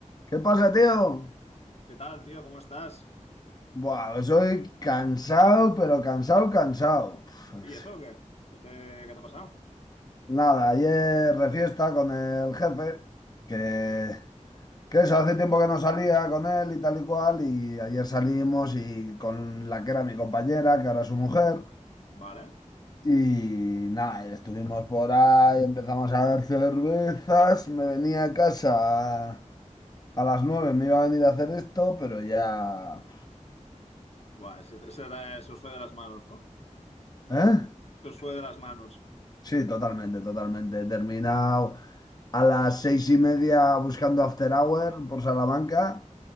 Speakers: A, on the left; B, on the left.
A: ¿Qué pasa, tío?
B: ¿Qué tal, tío? ¿Cómo estás?
A: Buah, pues soy cansado, pero cansado, cansado. Pues,
B: ¿Y eso qué? ¿Qué te, qué te ha pasado?
A: nada, ayer de fiesta con el jefe, que, que eso, hace tiempo que no salía con él y tal y cual, y ayer salimos y con la que era mi compañera, que ahora es su mujer,
B: Vale.
A: y nada, y estuvimos por ahí, empezamos a ver cervezas, me venía a casa
B: Buah,
A: a, a las nueve, me iba a venir a hacer esto, pero ya...
B: Buah, se, te- se te- se os fue de las manos, ¿no?
A: ¿Eh?
B: Se os fue de las manos.
A: Sí, totalmente, totalmente. He terminado a las seis y media buscando After Hour por Salamanca,